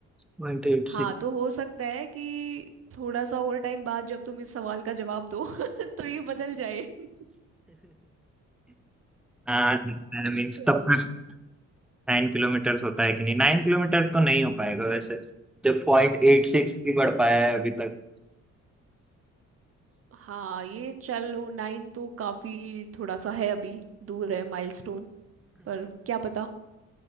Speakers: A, in the centre; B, on the right.
A: पॉइंट एट
B: हाँ
A: सिक्स
B: तो हो सकता है कि थोड़ा सा और टाइम बाद जब तुम इस सवाल का जवाब दो <laughs> तो ये बदल जाए <laughs>
A: हाँ मीन्स
B: तो
A: तब तक नाइन किलोमीटर होता है कि नहीं नाइन किलोमीटर तो नहीं हो पाएगा वैसे जब पॉइंट एट सिक्स भी बढ़ पाया है अभी तक
B: हाँ ये चलो नाइन तो काफी थोड़ा सा है अभी दूर है माइलस्टोन पर क्या पता